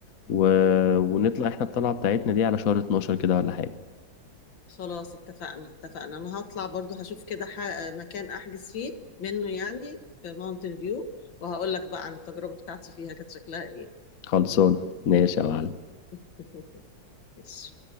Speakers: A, on the left; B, on the left.
A: و... ونطلع
B: مم.
A: احنا الطلعة بتاعتنا دي على شهر 12 كده ولا حاجة
B: خلاص اتفقنا اتفقنا انا هطلع برضو هشوف كده ح- مكان احجز فيه منه يعني في ماونتن فيو وهقول لك بقى عن التجربه بتاعتي فيها كانت شكلها ايه
A: خلصونا ماشي يا معلم
B: <laughs> ماشي